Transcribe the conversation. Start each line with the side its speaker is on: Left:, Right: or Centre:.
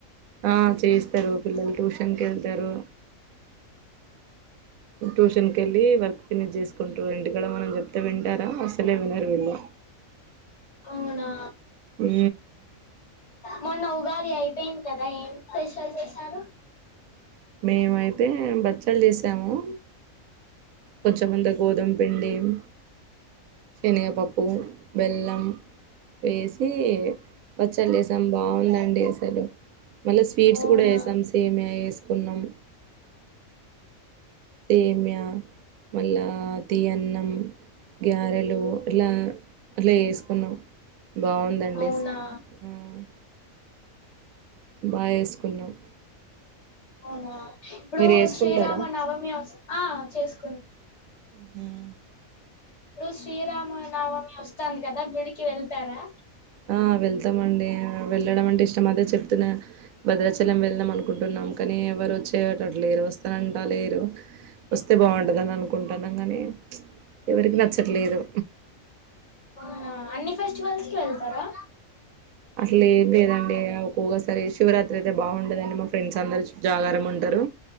Right: ఆ చేయిస్తారు పిల్లలు ట్యూషన్కి ఏళ్తారు. ట్యూషన్ కి వెళ్ళి వర్క్ ఫినిష్ జేస్ కుంటూ ఇంటికడ మనం చెపితే వింటారా అసలే వినరు విళ్లు
Left: అవునా
Right: ఊ
Left: మొన్నా ఉగాది అయిపోయింది. గాదా ఏం స్పెషల్ చేశారు.
Right: మేమైతే బచ్చాలు చేసాము. కొంచెంముండే గోధుమపిండి హ్మ్మ్ శనగపప్పు బెల్లం ఏసి బాచ్చలు చేసాం బాగుందండి అసలు మళ్ళా స్వీట్స్
Left: అవునా
Right: కూడా చేసాం సేమియా వేసి కున్నాం సేమ్య మళ్ళా తీయ అన్నం గ్యారెలు ఇలా అట్లా చేసుకున్నాం బాగుందండి
Left: అవునా
Right: హ్మ్మ్ బాగాసుకున్నాం
Left: అవునా ఇప్పుడు
Right: చేసుకుంటారా
Left: శ్రీరామ నవమి అస్ ఆ చేసుకుంటాం
Right: హ్మ్మ్
Left: ఇప్పుడు శ్రీరామనవమి వస్తాంది కదా గుడికి వెళ్తారా
Right: ఆ వెళ్తామండి వెళ్ళడం అంటే ఇష్టం అదే చెప్తునే భద్రాచలం వెళ్ళదాం అనుకుంటున్నాం కానీ ఎవరు వచ్చేటట్టు లేరు వస్తానంటా లేరు వస్తే బాగుంటదని అనుకుంటున్నాం కాని ఎవరికి నచ్చట్లేదు.
Left: అవునా అన్ని ఫెస్టివల్స్ కి ఎళ్తారా
Right: అసలు ఏం లేదండి ఒక్కొక్కసారి శివరాత్రి అయితే బాగుండదండి మా ఫ్రెండ్స్ అందరు జాగారం ఉంటారు